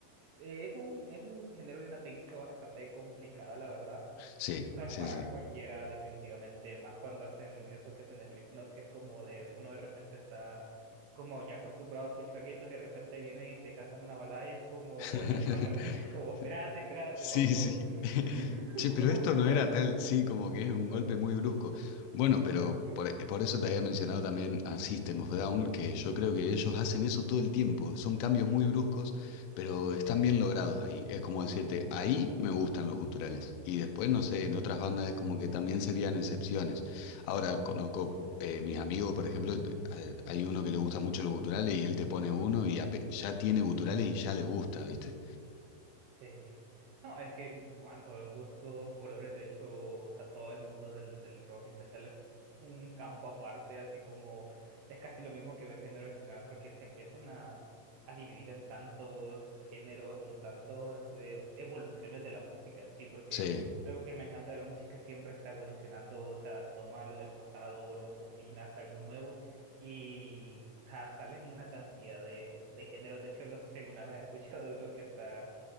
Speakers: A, on the right; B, on the left.
A: Eh, es un, es un género y una técnica bastante complicada, la verdad
B: Sí,
A: no es
B: sí,
A: para
B: sí.
A: cualquiera, definitivamente, más cuando hacen eso que hacen Slipknot, que es como de uno de repente está como ya acostumbrado a escuchar gritos y de repente vienen y te cantan una balada y es como
B: <laughs>
A: en la misma canción es como, espérate, espérate,
B: Sí,
A: vamos,
B: sí. <laughs>
A: <laughs>
B: Che, pero
A: vamos
B: esto
A: despacio.
B: no era tal, sí, como que es un
A: Ajá,
B: golpe muy brusco. Bueno, pero
A: ajá.
B: por, eh, por eso te había mencionado también a System of a Down, que yo creo que
A: Sí,
B: ellos hacen eso todo el tiempo. Son cambios muy bruscos, pero están bien logrados ahí. Es como decirte,
A: sí,
B: ahí me gustan los guturales. Y después, no sé, en otras bandas es como que también serían excepciones. Ahora conozco
A: sí.
B: eh, mis amigos, por ejemplo, te- hay hay uno que le gusta mucho los guturales y él te pone uno y ape- ya tiene guturales y ya le gusta, ¿viste?
A: Sí. No, es que en cuanto a gustos, colores, de hecho, o sea, todo el mundo del, del rock y el metal es un campo aparte, así como es casi lo mismo que ver género en general, porque se empiezan a, a dividir en tantos géneros, en tantas eh, evoluciones de la música en sí, porque
B: Sí.
A: algo que me encanta de la música siempre está evolucionando, o sea, toma lo del pasado, lo combina, hace algo nuevo. Y o sea, salen una cantidad de, de géneros. De hecho, no sé si alguna vez has escuchado de uno que hasta